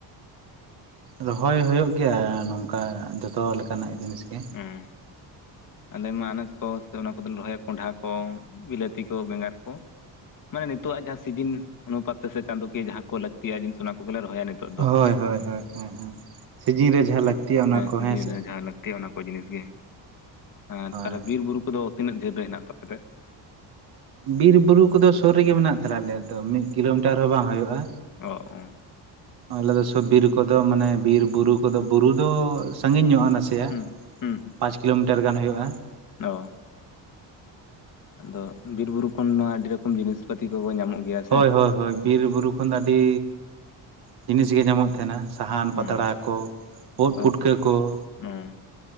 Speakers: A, on the right; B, on the left.
A: ᱨᱚᱦᱚᱭ ᱦᱩᱭᱩᱜ ᱜᱮᱭᱟ ᱱᱚᱝᱠᱟ ᱡᱚᱛᱚ ᱞᱮᱠᱟᱱᱟᱜ ᱡᱤᱱᱤᱥ ᱜᱮ
B: ᱦᱮᱸ ᱟᱞᱮ ᱢᱟ ᱟᱱᱟᱡᱽ ᱠᱚ ᱥᱮ ᱚᱱᱟ ᱠᱚᱫᱚᱞᱮ ᱨᱚᱦᱚᱭᱟ ᱠᱚᱸᱰᱷᱟ ᱠᱚ ᱵᱤᱞᱟᱹᱛᱤ ᱠᱚ ᱵᱮᱸᱜᱟᱲ ᱠᱚ ᱢᱟᱱᱮ ᱱᱤᱛᱳᱜ ᱡᱟᱦᱟᱸ ᱥᱤᱡᱤᱱ ᱚᱱᱩᱯᱟ ᱛᱮ ᱥᱮ ᱪᱟᱸᱫᱳᱠᱤᱭᱟᱹ ᱡᱟᱦᱟᱸ ᱠᱚ ᱞᱟᱹᱠᱛᱤᱭᱟ ᱡᱤᱱᱤᱥ ᱚᱱᱟ ᱠᱚᱜᱮᱞᱮ ᱨᱚᱦᱚᱭᱟ ᱱᱤᱛᱚᱜ ᱫᱚ
A: ᱦᱳᱭ ᱦᱳᱭ ᱦᱳᱭ ᱦᱮᱸ ᱥᱤᱡᱤᱱ ᱨᱮ ᱡᱟᱦᱟᱸ ᱞᱟᱹᱠᱛᱤᱜᱤᱭᱟ ᱚᱱᱟ ᱠᱚ
B: ᱥᱤᱡᱤᱱ
A: ᱦᱮᱸᱥᱮ
B: ᱨᱮ ᱡᱟᱦᱟᱸ ᱞᱟᱹᱠᱛᱤᱜᱼᱟ ᱚᱱᱟ ᱠᱚ ᱡᱤᱱᱤᱥ ᱜᱮ ᱟᱨ
A: ᱦᱳᱭ
B: ᱛᱟᱦᱚᱞᱮ ᱵᱤᱨ-ᱵᱩᱨᱩ ᱠᱚᱫᱚ ᱛᱤᱱᱟᱹᱜ ᱡᱷᱟᱹᱞ ᱨᱮ ᱦᱮᱱᱟᱜ ᱛᱟᱯᱮᱛᱮ
A: ᱵᱤᱨ-ᱵᱩᱨᱩ ᱠᱚᱫᱚ ᱥᱩᱨ ᱨᱮᱜᱮ ᱢᱮᱱᱟᱜ ᱛᱟᱞᱮ ᱟᱞᱮ ᱫᱚ ᱢᱤᱫ ᱠᱤᱞᱳᱢᱤᱴᱟᱨ ᱦᱚᱸ ᱵᱟᱝ ᱦᱩᱭᱩᱜᱼᱟ᱾
B: <inaudible>
A: ᱟᱞᱮ ᱫᱚ ᱵᱤᱨ ᱠᱚᱫᱚ ᱢᱟᱱᱮ ᱵᱤᱨ ᱵᱩᱨᱩ ᱠᱚᱫᱚ ᱵᱩᱨᱩ ᱫᱚ ᱥᱟᱺᱜᱤᱧ ᱧᱚᱜᱼᱟ
B: ᱦᱩᱸ
A: ᱱᱟᱥᱮᱭᱟᱜ,
B: ᱦᱩᱸ ᱦᱩᱸ ᱦᱩᱸ
A: ᱯᱟᱸᱪ ᱠᱤᱞᱳᱢᱤᱴᱟᱨ ᱜᱟᱱ ᱦᱩᱭᱩᱜᱼᱟ᱾
B: ᱚ ᱟᱫᱚ ᱵᱤᱨ ᱵᱩᱨᱩ ᱠᱷᱚᱱ ᱢᱟ ᱟᱹᱰᱤ ᱨᱚᱠᱚᱢ ᱡᱤᱱᱤᱥ ᱯᱟᱛᱤ ᱠᱚ ᱧᱟᱢᱚᱜ ᱜᱮᱭᱟ᱾ ᱥᱮ
A: ᱦᱳᱭ ᱦᱳᱭ ᱦᱳᱭ ᱵᱤᱨ- ᱵᱩᱨᱩ ᱠᱷᱚᱱ ᱫᱚ ᱟᱹᱰᱤ ᱡᱤᱱᱤᱥ ᱜᱮ ᱧᱟᱢᱚᱜ ᱛᱟᱦᱮᱱᱟ᱾ ᱥᱟᱦᱟᱱ
B: ᱦᱮᱸ
A: ᱯᱟᱛᱲᱟ ᱠᱚ,
B: ᱥᱟᱶ
A: ᱯᱩᱴᱠᱟᱹ ᱠᱚᱺ
B: ᱦᱩᱸ